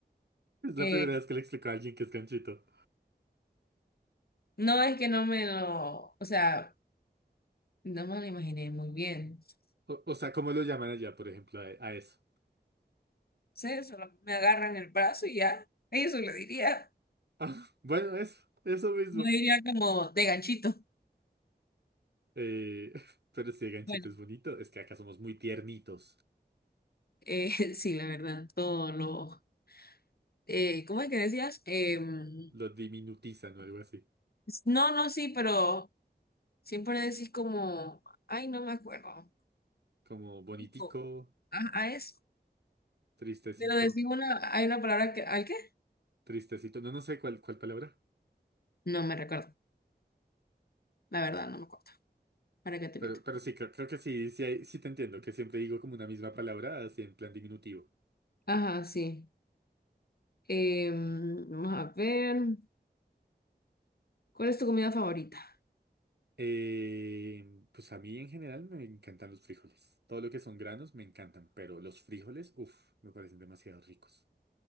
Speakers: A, on the right; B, on the left.
A: Es la
B: Eh,
A: primera vez que le explico a alguien que es ganchito.
B: no es que no me lo, o sea, no me lo imaginé muy bien.
A: O, o sea, ¿cómo lo llaman allá, por ejemplo, a, a eso? <laughs>
B: Sí, solo me agarran el brazo y ya. Eso le diría.
A: Ah, bueno, eso, eso mismo.
B: No diría como de ganchito.
A: Eh, <laughs> pero si el ganchito
B: Bueno,
A: es bonito, es que acá somos muy tiernitos.
B: eh, <laughs> sí, la verdad, todo lo. Eh, ¿cómo es que decías? Em,
A: Lo diminutizan o algo así.
B: no, no, sí, pero siempre decís como, ay, no me acuerdo.
A: Como bonitico,
B: pico, a, a eso.
A: tristecito,
B: Pero decir una, hay una palabra que, ¿al qué?
A: tristecito. No, no sé cuál, cuál palabra.
B: No me recuerdo, la verdad, no me acuerdo. ¿Para qué te
A: Pero,
B: meto?
A: pero sí, creo, creo que sí, sí, hay- sí te entiendo, que siempre digo como una misma palabra, así en plan diminutivo.
B: Ajá, sí. Em, vamos a ver, ¿cuál es tu comida favorita?
A: Eh, pues a mí en general me encantan los frijoles. Todo lo que son granos me encantan, pero los frijoles, uff, me parecen demasiado ricos.